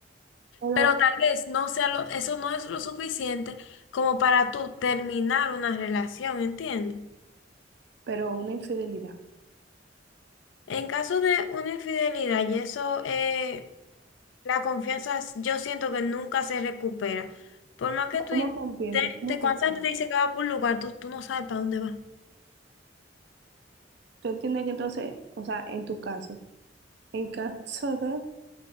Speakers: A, on the right; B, on the left.
A: Pero,
B: Pero tal vez no sea lo, eso no es lo suficiente como para tú terminar una relación, ¿entiendes?
A: pero una infidelidad.
B: En caso de una infidelidad, y eso, eh, la confianza s- yo siento que nunca se recupera. Por más que tú
A: ¿Cómo
B: intentes,
A: te entiendes? ¿Cómo te
B: cuando
A: entiendes?
B: esa te dice que va por un lugar, tú, tú no sabes para dónde va.
A: Tú entiendes que entonces, o sea, en tu caso, en caso de